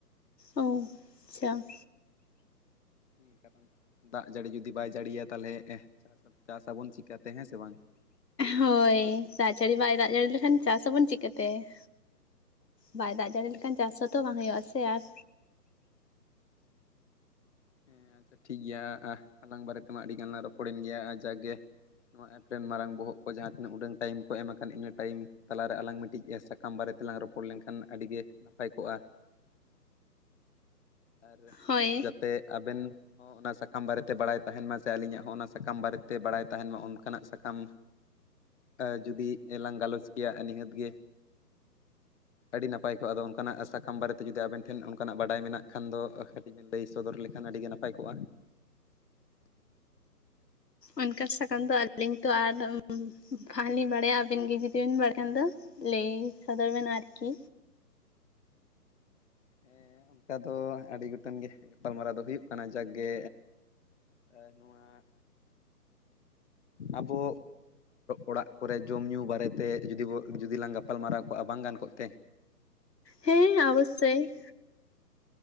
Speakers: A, on the left; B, on the left.
A: ᱚ ᱟᱪᱪᱷᱟ
B: <unintelligible> ᱫᱟᱜ ᱡᱟᱹᱲᱤ ᱡᱩᱫᱤ ᱵᱟᱭ ᱡᱟᱹᱲᱤᱭᱟ᱾ ᱛᱟᱦᱚᱞᱮ ᱪᱟᱥ ᱟᱵᱚᱱ ᱪᱤᱠᱠᱟᱛᱮ ᱦᱮᱸ ᱥᱮ ᱵᱟᱝ ᱾
A: ᱦᱳᱭ᱾ ᱫᱟᱜ ᱡᱟᱹᱲᱤ ᱵᱟᱭ ᱫᱟᱜ ᱡᱟᱹᱲᱤ ᱞᱮᱠᱷᱟᱱ᱾ ᱪᱟᱥ ᱟᱵᱚᱱ ᱪᱮᱫᱠᱟᱛᱮ ᱾ ᱵᱟᱭ ᱫᱟᱜ ᱡᱟᱹᱲᱤ ᱞᱮᱠᱷᱟᱱ᱾ ᱪᱟᱥ ᱦᱚᱸᱛᱚᱸ
B: ᱦᱮᱸ
A: ᱵᱟᱝ ᱦᱩᱭᱩᱜᱼᱟ᱾ ᱥ ᱥᱮ ᱟᱨ
B: ᱦᱮᱸ ᱟᱪᱪᱷᱟ ᱴᱷᱤᱠ ᱜᱮᱭᱟ᱾ ᱦᱟᱞᱟᱝ ᱵᱟᱨᱮ ᱛᱮᱢᱟ ᱟᱹᱰᱤᱜᱟᱱ ᱞᱟᱝ ᱨᱚᱯᱚᱲᱮᱱ ᱜᱮᱭᱟ᱾ ᱡᱟᱜᱠᱮ ᱱᱚᱣᱟ ᱮᱯᱨᱮ ᱨᱮᱱ ᱢᱟᱨᱟᱝ ᱵᱚᱦᱚᱜ ᱠᱚ, ᱡᱟᱦᱟᱸ ᱛᱤᱱᱟᱹᱜ ᱩᱰᱟᱹ ᱴᱟᱭᱤᱢ ᱠᱚ ᱮᱢ ᱟᱠᱟᱱ ᱾ ᱤᱱᱟᱹ ᱴᱟᱭᱤᱢ ᱛᱟᱞᱟᱨᱮ ᱟᱞᱟᱝ ᱢᱤᱫᱴᱤᱡ ᱮᱸ ᱥᱟᱠᱟᱢ ᱵᱟᱨᱮᱛᱮ ᱛᱮᱞᱟᱝ ᱨᱚᱯᱚᱲ ᱞᱮᱱᱠᱷᱟᱱ ᱟᱹᱰᱤ ᱜᱮ ᱱᱟᱯᱟᱭ ᱠᱚᱜᱼᱟ ᱾ ᱟᱨ
A: ᱦᱳᱭ
B: ᱡᱟᱛᱮ ᱟᱵᱮᱱ ᱦᱚᱸ ᱚᱱᱟ ᱥᱟᱠᱟᱢ ᱵᱟᱨᱮᱛᱮ ᱵᱟᱲᱟᱭ ᱛᱟᱦᱮᱱ ᱢᱟ᱾ ᱥᱮ ᱟᱹᱞᱤᱧᱟᱜ ᱦᱚᱸ ᱚᱱᱟ ᱥᱟᱠᱟᱢ ᱵᱟᱨᱮᱛᱮ ᱵᱟᱲᱟᱭ ᱛᱟᱦᱮᱱ ᱢᱟ᱾ ᱚᱱᱠᱟᱱᱟ-ᱜ ᱥᱟᱠᱟᱢ ᱮᱸ ᱡᱩᱫᱤ ᱞᱟᱝ ᱜᱟᱞᱚᱪ ᱠᱮᱭᱟ ᱱᱤᱦᱟᱹᱛ ᱜᱮ ᱟᱹᱰᱤ ᱱᱟᱯᱟᱭ ᱠᱚᱜᱼᱟ᱾ ᱟᱫᱚ ᱚᱱᱠᱟᱱᱟ-ᱜ ᱥᱟᱠᱟᱢ ᱵᱟᱨᱮᱛᱮ ᱡᱩᱫᱤ ᱟᱵᱮᱱ ᱴᱷᱮᱱ ᱚᱱᱠᱟᱱᱟ-ᱜ ᱵᱟᱰᱟᱭ ᱢᱮᱱᱟᱜ ᱠᱷᱟᱱ ᱫᱚ, ᱠᱟᱹᱴᱤᱡ ᱵᱮᱱ ᱞᱟᱹᱭ ᱥᱚᱫᱽᱚᱨ ᱞᱮᱠᱷᱟᱱ ᱟᱹᱰᱤᱜᱮ ᱱᱟᱯᱟᱭ ᱠᱚᱜᱼᱟ ᱾
A: ᱚᱱᱠᱟᱱ ᱥᱟᱠᱟᱢ ᱫᱚᱸ ᱟᱹᱞᱤᱧ ᱛᱚᱸ ᱟᱨ ᱵᱷᱟᱞᱤᱧ ᱵᱟᱲᱟᱭᱟ᱾ ᱟᱵᱤᱱ ᱜᱮ ᱡᱩᱫᱤᱵᱤᱱ ᱵᱟᱲᱟᱭ ᱠᱷᱟᱱ ᱫᱚ ᱾ ᱞᱟᱹᱭ ᱥᱚᱫᱽᱚᱨ ᱵᱮᱱᱟ ᱟᱨᱠᱤ᱾
B: ᱦᱮᱸ ᱚᱱᱠᱟ ᱫᱚ ᱟᱹᱰᱤ ᱜᱚᱴᱟᱝ ᱜᱮ ᱜᱟᱯᱟᱞᱢᱟᱨᱟᱣ ᱫᱚ ᱦᱩᱭᱩᱜ ᱠᱟᱱᱟ ᱡᱟᱠᱜᱮ ᱮ, ᱱᱚᱣᱟ ᱟᱵᱚ ᱚᱲᱟᱜ ᱠᱚᱨᱮ ᱡᱚᱢ-ᱧᱩ ᱵᱟᱨᱮᱛᱮ ᱡᱩᱫᱤ ᱵᱚ, ᱡᱩᱫᱤ ᱞᱟᱝ ᱜᱟᱯᱟ ᱜᱟᱯᱟᱞᱢᱟᱨᱟᱣ ᱠᱚᱜ-ᱟ ᱵᱟᱝ ᱜᱟᱱ ᱠᱚᱜ ᱛᱮ?
A: ᱦᱮᱸ ᱚᱵᱚᱥᱥᱳᱭ᱾